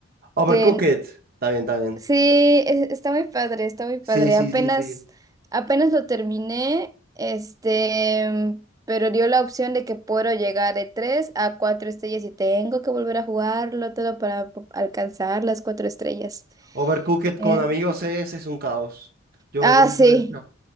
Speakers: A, on the right; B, on the right.
A: Overcooked.
B: que
A: Está bien, está bien.
B: Sí, e- está muy padre, está muy
A: Sí,
B: padre.
A: sí,
B: Apenas,
A: sí, sí.
B: apenas lo terminé, este, pero dio la opción de que puedo llegar de tres a cuatro estrellas y tengo que volver a jugarlo todo para po- alcanzar las cuatro estrellas.
A: Overcooked
B: Eh,
A: con amigos es, es un caos. Yo,
B: ah,
A: yo, yo
B: sí.
A: lo he hecho.